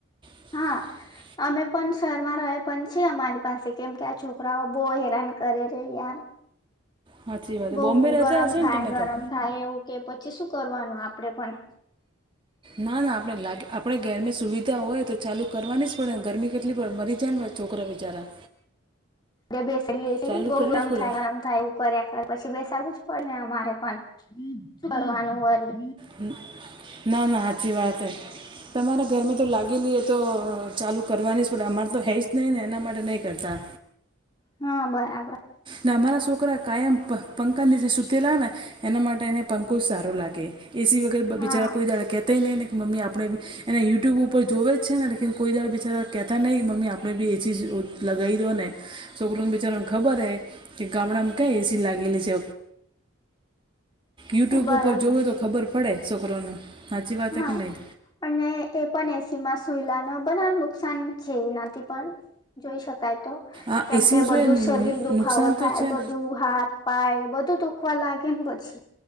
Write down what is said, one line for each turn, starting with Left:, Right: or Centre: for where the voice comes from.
Right: <unintelligible>
Left: હા અમે પણ શહેરમાં ર પણ છીએ, અમારી પાસે, કેમ કે આ છોકરાઓ બહુ હેરાન કરે છે યાર.
Right: સાાચી વાત,
Left: બહુ
Right: બોમ્બે રહેતા
Left: ગરમ
Right: હશો
Left: થાય
Right: ને તમે
Left: ગરમ
Right: તો?
Left: થાય એવું કે, પછી શું કરવાનું આપડે પણ?
Right: ના, ના. આપણે લાગે, આપણે ઘરે સુવિધા હોય તો ચાલુ કરવાની જ પડે ને. ગરમી કેટલી પડે, મરી જાય. છોકરા બિચારા.
Left: એ બેસડી બેેસી
Right: ચાલુ
Left: બઉુ
Right: કરવી
Left: ગરમ
Right: જ પડે
Left: થાય, ગરમ. થાઈ એવું કર્યા કર પછી બેસાડવું જ પડે ને અમારે પણ, સુ કરવાનું હવારે?
Right: હ, ના ના હાચી વાત હે. તમારા ઘરમાં તો લાગેલી એ તો ચાલુ કરવાની પડે અમારે તો હૈ જ નહી ને એના માટે નહી કરતા.
Left: હા બરાબર.
Right: ના અમારા છોકરા કાયમ પ પંકા નીચે સુતેલા ને. એના માટે એને પંખો જ સારો લાગે. એ સી વગેરે બ
Left: હા
Right: બીચારા કોઈ દાડા કેહતાય નહીં ને કે મમ્મી આપણે એને યુટ્યુબ ઉપર જોવે જ છે ને લેકિન કોઈ દાડા બિચારા કહેતા નહીં મમ્મી આપણે બી એ ચીજ લગાઈ દો ને. છોકરને બિચારાને ખબર હે કે ગામડામાં કઈ એસી લાગેલી છે. યુટ્યુબ
Left: બરાબર
Right: ઉપર જોવે તો ખબર પડે છોકરોને. સાચી વાત
Left: હા,
Right: હે કે નહીં
Left: અને એ પણ એ સી માં સુઈલા ગણા બધા નુકસાન છે એનાથી પણ જોઈ શકાય તો.
Right: આ
Left: કેમ
Right: એસીમાં
Left: કે
Right: શું
Left: બધું
Right: એ
Left: શરીર દુખાવો
Right: નુકસાન
Left: થાય,
Right: તો છે
Left: બધું હાથ, પાય બધું દુખવા લાગે ને પછી.